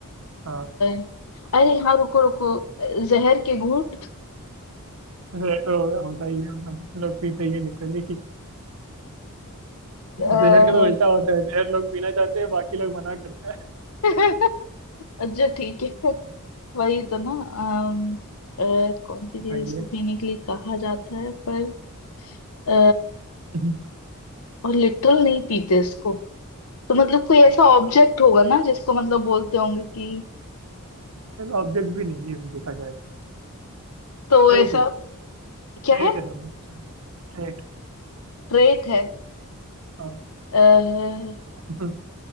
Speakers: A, on the right (about 70°); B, on the left (about 75°).
A: हाँ
B: अ, अरे हाँ रुको रुको जहर के घूंट
A: वैसे तो होता ही है मतलब लोग पीते ही लिटरली
B: अ,
A: जहर का तो उल्टा होता है जहर लोग पीना चाहते हैं बाकी लोग मना करते हैं
B: <laughs> अच्छा ठीक है वही तो ना अम, अ, कौन सी
A: बताइए
B: चीज उसको पीने के लिए कहा जाता है पर अ,
A: हम्म
B: और लिटरल नहीं पीते इसको तो मतलब कोई ऐसा ऑब्जेक्ट होगा ना जिसको मतलब बोलते होंगे कि
A: ऑब्जेक्ट भी नहीं है देखा जाए
B: तो
A: ट्रेट
B: ऐसा
A: है
B: क्या
A: ट्रेट
B: है
A: है समझ ट्रेट
B: ट्रेट है
A: हाँ
B: अह,
A: <laughs>